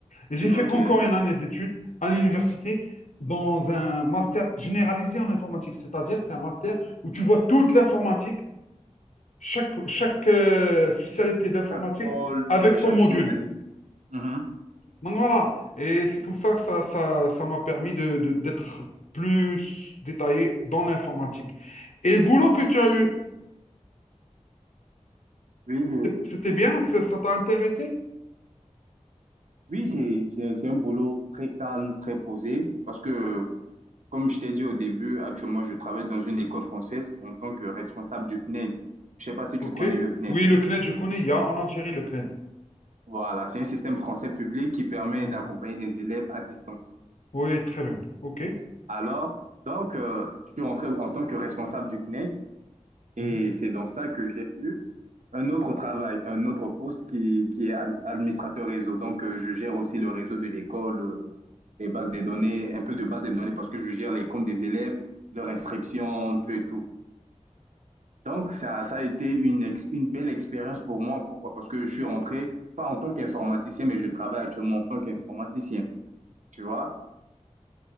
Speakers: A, on the left; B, on the right.
A: Et j'ai fait
B: OK.
A: encore une année d'études à l'université dans un master généralisé en informatique, c'est-à-dire c'est un master où tu vois toute l'informatique, chaque, chaque euh, spécialité d'informatique
B: Chaque pôle,
A: avec
B: ouais,
A: son
B: chaque
A: module.
B: spécialité. Mhm.
A: Donc voilà, et c'est comme ça que ça, ça, ça m'a permis de, de- d'être plus détaillé dans l'informatique. Et le boulot que tu as eu,
B: Oui, je,
A: C'est-
B: je
A: C'était
B: t'écoute.
A: bien, ça ça t'a intéressé?
B: Oui, c'est, c'est, c'est un boulot très calme, très posé, parce que Comme je t'ai dit au début, actuellement, je travaille dans une école française en tant que responsable du CNED. Je ne sais pas si tu
A: Ok.
B: connais le CNED.
A: Oui, le CNED, je connais, il y a en Algérie le CNED.
B: Voilà, c'est un système français public qui permet
A: Ouais.
B: d'accompagner des élèves à distance.
A: Oui, très bien. Ok.
B: Alors, donc, euh, je suis rentré en tant que responsable du CNED et
A: Mhm.
B: c'est dans ça que j'ai eu un autre travail, un autre poste qui, qui est ad- administrateur réseau. Donc, euh, je gère aussi le réseau de l'école, euh, les bases des données, un peu de base des données parce que je gère les comptes des élèves, leur inscription, tout et tout. Donc, ça, ça a été une, ex- une belle expérience pour moi. Pourquoi? Parce que je suis rentré, pas en tant qu'informaticien, mais je travaille actuellement en tant qu'informaticien, tu vois?